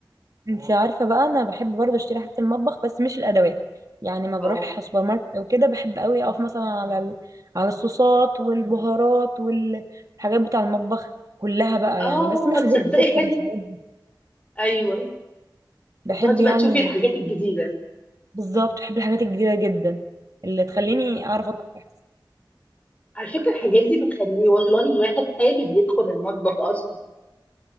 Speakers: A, on the right; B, on the left.
A: انت عارفه بقى انا بحب برضه اشتري حاجه المطبخ بس مش الادوات يعني ما
B: اه
A: بروح سوبر ماركت او كده بحب قوي اقف مثلا على ال... على الصوصات والبهارات والحاجات بتاع المطبخ كلها بقى
B: اه
A: يعني بس مش
B: تصدقي
A: زيت وسكر
B: حلو
A: مش عارف
B: ايوه
A: بحب
B: وتقعدي
A: يعني
B: بقى تشوفي الحاجات الجديدة
A: بالظبط بحب الحاجات الجديده جدا اللي تخليني
B: مم.
A: اعرف اطبخ أحسن.
B: على فكرة الحاجات دي بتخليه والله الواحد حابب يدخل المطبخ أصلا